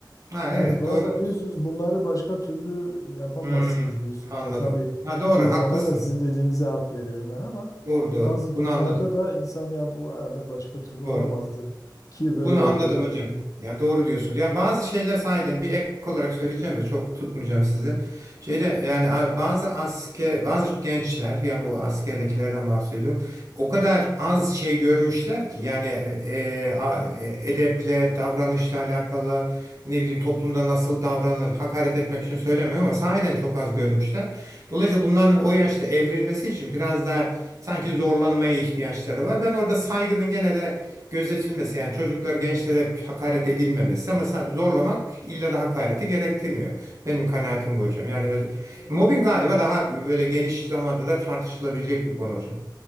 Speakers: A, on the right; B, on the left.
A: Ha,
B: Yani
A: evet
B: bazen
A: doğru diyorsunuz.
B: diyorsunuz bunları başka türlü yapamazsınız
A: Hı,
B: diyorsunuz.
A: anladım.
B: Ya tabii
A: Ha, doğru
B: çoğu
A: haklısınız.
B: zaman da sizin dediğinize hak veriyorum ben ama
A: Doğru doğru.
B: bazı
A: Bunu
B: durumlarda
A: anladım.
B: da insan ya bu herhalde başka türlü olamazdı
A: Doğru.
B: ki böyle
A: Bunu
B: yapıyorlar
A: anladım hocam.
B: yani.
A: Yani doğru diyorsunuz. Yani bazı şeyler sahiden bir ek olarak söyleyeceğim de çok tutmayacağım sizi. Şeyde yani a- bazı asker, bazı gençler yani bu askerdekilerden bahsediyorum. O kadar az şey görmüşler ki yani e, e, a- e, edeple, davranışla alakalı ne bileyim toplumda nasıl davranılır hakaret etmek için söylemiyorum ama sahiden çok az görmüşler. Dolayısıyla bunların o yaşta evrilmesi için biraz daha sanki zorlanmaya ihtiyaçları var. Ben orada saygının gene de gözetilmesi yani çocuklar gençlere hakaret edilmemesi ama sa- zorlamak illa da hakareti gerektirmiyor. Benim kanaatim bu hocam. Yani öz-
B: Tabii
A: mobbing
B: evet.
A: galiba daha böyle geniş zamanda da tartışılabilecek bir konu hocam.